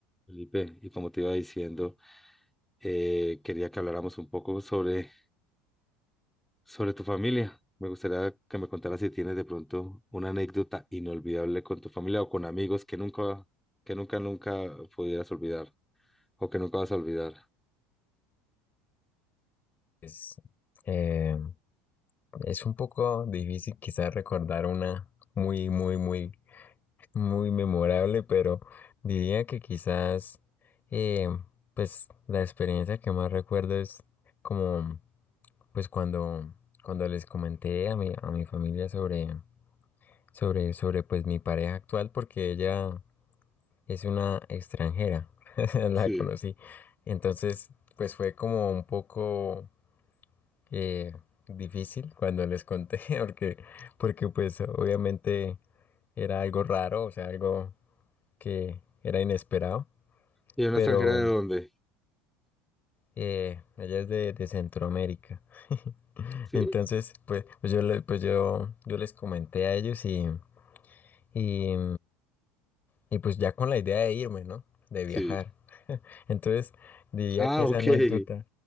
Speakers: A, in the centre; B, on the left.
A: Felipe, y como te iba diciendo, eh, quería que habláramos un poco sobre, sobre tu familia. Me gustaría que me contaras si tienes de pronto una anécdota inolvidable con tu familia o con amigos que nunca, que nunca, nunca pudieras olvidar o que nunca vas a olvidar.
B: Es, eh, es un poco difícil quizás recordar una muy, muy, muy, muy memorable, pero diría que quizás, eh, pues la experiencia que más recuerdo es como, pues cuando, cuando les comenté a mi, a mi familia sobre, sobre, sobre, pues mi pareja actual, porque ella es una extranjera, <laughs> la
A: Sí.
B: conocí. Entonces, pues fue como un poco eh, difícil cuando les conté, <laughs> porque, porque pues obviamente era algo raro, o sea, algo que era inesperado,
A: ¿Y una
B: pero
A: extranjera de dónde?
B: eh, ella es de, de Centroamérica. <laughs>
A: ¿Sí?
B: Entonces, pues, pues yo, le- pues yo, yo les comenté a ellos y, y, y pues ya con la idea de irme, ¿no? De viajar.
A: Sí.
B: Entonces, diría
A: Ah,
B: que esa
A: ok.
B: anécdota,
A: <laughs>